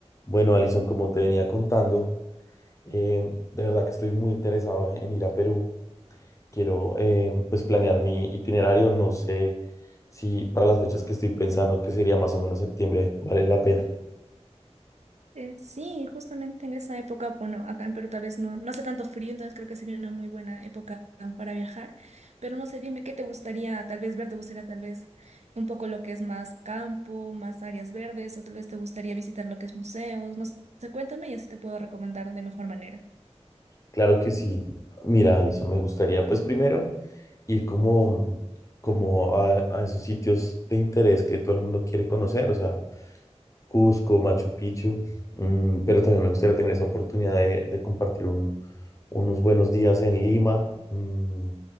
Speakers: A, on the left; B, on the right.
A: Bueno, Alison, como te venía contando, eh, de verdad que estoy muy interesado en ir a Perú. Quiero eh, pues planear mi itinerario. No sé si para las fechas que estoy pensando, que sería más o menos septiembre, vale la pena.
B: Eh, sí, justamente en esa época, bueno, acá en Perú tal vez no, no hace tanto frío, entonces creo que sería una muy buena época para viajar, pero no sé, dime qué te gustaría tal vez ver, te gustaría tal vez un poco lo que es más campo, más áreas verdes, o tal vez te gustaría visitar lo que es museos, no sé, cuéntame y así te puedo recomendar de mejor manera.
A: Claro que sí. Mira, Alison, me gustaría pues primero ir como, como a, a esos sitios de interés que todo el mundo quiere conocer, o sea, Cusco, Machu Picchu, mm, pero también me gustaría tener esa oportunidad de, de compartir un- unos buenos días en Lima. mm,